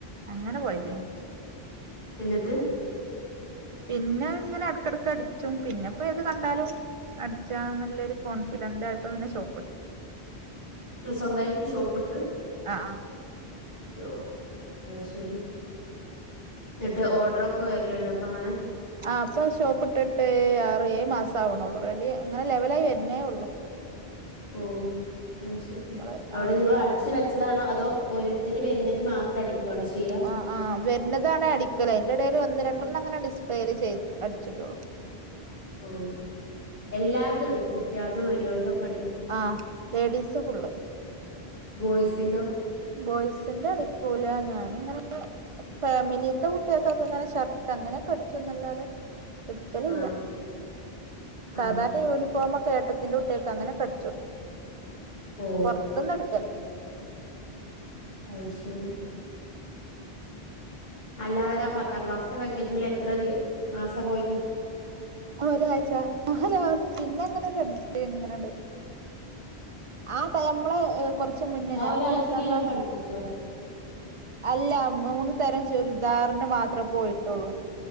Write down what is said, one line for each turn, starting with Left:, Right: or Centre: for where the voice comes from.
Right: അങ്ങനെ പോയതേനി.
Left: എന്നിട്ട്?
Right: പിന്നെ ഇങ്ങനെ എടക്കടക്ക് അടിച്ചും പിന്നെപ്പോ ഏത് കണ്ടാലും അടിച്ചാ ന്ന്ല്ലൊരു കോൺഫിഡന്റ് ആയപ്പ പിന്നെ ഷോപ്പ്‌ട്ടു.
Left: സ്വന്തയിട്ട് ഷോപ്പ്‌ട്ട്?
Right: ആ ആ
Left: യോ അയ്ശെരി എന്ന്ട്ട് ഓഡ്ര ഒക്കെ വെര്ല്ണ്ടോ ഇപ്പ അങ്ങനെ?
Right: ആഹ് അപ്പൊ ഷോപ്പ് ഇട്ട്ട്ട് ആറ് എഴ് മാസം ആവണോള്ളൂ റെഡി അങ്ങനെ ലെവല ആയി വെരന്നേ ഉള്ളു.
Left: ഓ അഹ് ശെരി
Right: നമ്മള്
Left: അവ്ടെ
Right: ആ ഒരു
Left: നിങ്ങള് അടിച്ച് വെ ച്ചതാണോ അതോ ഓരോര്ത്തര് വെര്ന്നത് മാത്രം അടിക്കണോ ചെയ്യ?
Right: ആഹ് ആഹ് വെര്താണ് അടിക്കല് അയ്ന്റെ എടെല് ഒന്ന് രണ്ടെണ്ണം ഇങ്ങനെ ഡിസ്പ്ലേല് ചെയ് അടിച്ചിടോള്ളൂ.
Left: ഓ എല്ലാര്തു അടിക് കുട്ട്യേൾതു വെല്ല്യോതു ഒക്കെ അട
Right: ആഹ് ലേഡീസ് ഫുള്ള്
Left: ബോയ്സിന്റോ
Right: ബോയ്സിന്റെ അടുക്കൂല ഞാൻ ഇങ്ങനെ ഫാമിലിത്തെ കുട്ടിയൊക്ക് ഒക്കെ ഇങ്ങനെ ഷർട്ട് അങ്ങനെയൊക്കെ അടിച്ചുന്നല്ലാതെ എടുക്കല്ലില്ല
Left: ആ
Right: സാധാരണ
Left: ആ
Right: യൂണിഫോമ് ഒക്കെ ഏട്ട ന്റെ കുട്ടിക്കൾക്ക് അങ്ങനെ ഒക്ക അടിച്ചോ കോടുക്കും
Left: ഓ
Right: പൊറത്തിന്ന് എടു
Left: അത് ശരി അല്ലാതെ ആഹ് പത്താം ക്ലാസ്സത്തെ വെക്കേഷനിൽ എത്ര ദി മാസപോയത്
Right: ആഹ് ഒരാഴ്ച്ച ആണോ പിന്നെ എങ്ങനെയണ്ട് എങ്ങനെയണ്ട് ആഹ് ടൈമ് നമ്മളള് കൊറച്ച മുന്നേ
Left: ആ
Right: ഞാനപ്പൊ
Left: ഒരാഴ്ചയിലെല്ലാം
Right: പത്താം ക്ലാസ്
Left: <unintelligible>
Right: അല്ല മൂന്ന് തരം ചുരിദാറിന്റെ മാത്രമേ പോയിട്ടുള്ളൂ